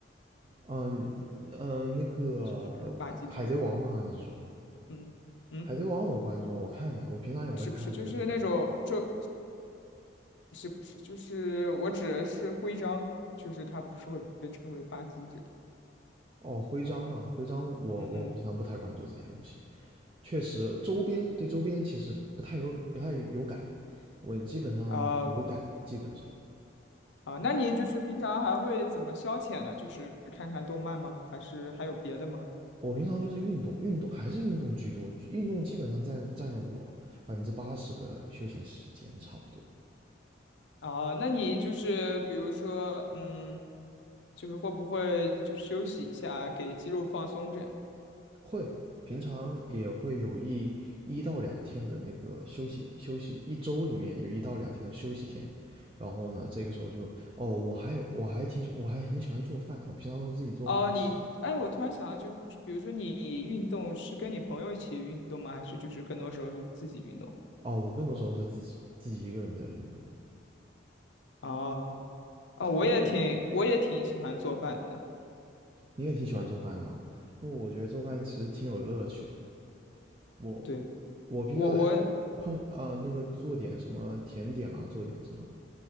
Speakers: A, on the right; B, on the left.
A: 嗯呃，那个我海贼王嘛，
B: 就是吧唧之类的，
A: 你是说
B: 嗯嗯。
A: 海贼王我关注啊，我看的，我平常也会看这个动漫。
B: 不是不是，就是那种周不是不是，就是我指的是徽章，就是它不是会被称为吧唧这样。
A: 哦，徽章嘛，徽章我我平常不太关注这些东西，
B: 嗯嗯，
A: 确实周边对周边其实不太有不太有感，我基本上无感，
B: 啊
A: 基本上
B: 啊，那你就是平常还会怎么消遣呢？就是看看动漫吗？还是还有别的吗？
A: 我平常就是运动，运动还是运动居多，运动基本上占占了我百分之八十的休闲时间差不多，
B: 啊，那你就是比如说，嗯，就是会不会就休息一下，给肌肉放松这样？
A: 会平常也会有一一到两天的那个休息休息，一周里面有一到两天的休息天，然后呢，这个时候就哦，我还有我还挺喜我还很喜欢做饭，我平常都自己做饭吃。
B: 哦，你，哎，我突然想到，就是比如说你运动是跟你朋友一起运动吗？还是就是更多时候是自己运动？
A: 哦，我更多时候是自己自己一个人在运动，
B: 啊啊，我也挺我也挺喜欢做饭的。
A: 因为我你也挺喜欢做饭的嘛，因为我觉得做饭其实挺有乐趣的。我
B: 对，
A: 我平常还
B: 我我
A: 碰呃那个做点什么甜点啊，做点这种